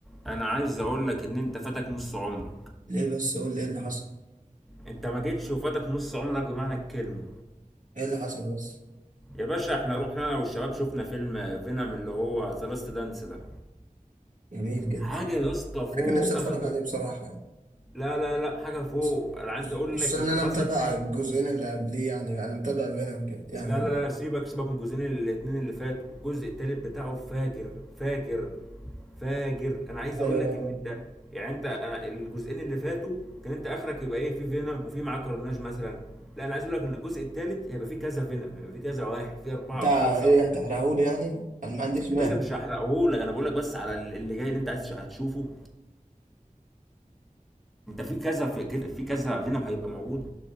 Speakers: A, in the centre; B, on the right.
A: انا عايز اقول لك ان انت فاتك نص عمرك
B: ليه بس قول لي ايه اللي حصل
A: انت ما جيتش وفاتك نص عمرك بمعنى الكلمه
B: ايه اللي حصل بس
A: يا باشا احنا رحنا انا والشباب شفنا فيلم فينوم اللي هو ذا لاست دانس ده
B: جميل جدا
A: حاجه يا اسطى فوق
B: انا كان نفسي اتفرج
A: اخر جو...
B: عليه بصراحة يعني
A: لا لا لا حاجه فوق
B: بص-
A: انا عايز اقول
B: خصوصا
A: لك ان
B: ان انا
A: حصل
B: متابع
A: فيه
B: الجزئين اللي قبليه يعني انا متابع فينوم كده يعني
A: لا لا لا سيبك سيبك من الجزئين الاتنين اللي فاتوا الجزء التالت بتاعه فاجر فاجر فاجر انا عايز اقول
B: ايوه
A: لك ان انت يعني انت أنا الجزئين اللي فاتوا كان انت اخرك يبقى ايه في فينوم وفي معاه كرناج مثلا لا انا عايز اقول لك ان الجزء الثالث هيبقى فيه كذا فينوم هيبقى فيه كذا واحد فيه اربعه
B: بتاع
A: او خمسه
B: ايه
A: او سته
B: هتحرقهولي
A: كمان
B: يعني انا ما عنديش مانع
A: يا باشا مش هحرقه لك انا بقول لك بس على اللي جاي اللي انت عايز هتشوفه انت في كذا في, في كذا فينوم هيبقى موجود